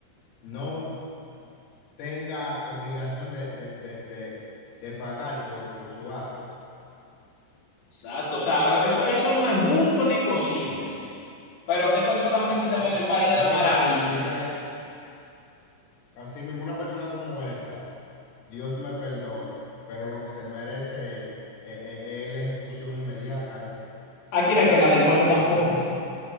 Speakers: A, on the left; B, on the left.
A: no tenga obligación de, de, de, de, de pagar por, por su acto.
B: Exacto, o sea, eso, eso no es justo ni posible, pero que eso solamente
A: No,
B: se ve en el país de
A: es
B: la
A: que una
B: maravilla.
A: persona así, hay que darle- así mismo, una persona como esa, Dios me perdone, pero lo que se merece es, es- es la ejecución inmediata, eh,
B: Aquí no hay pena de muerte tampoco.
A: Porque uno-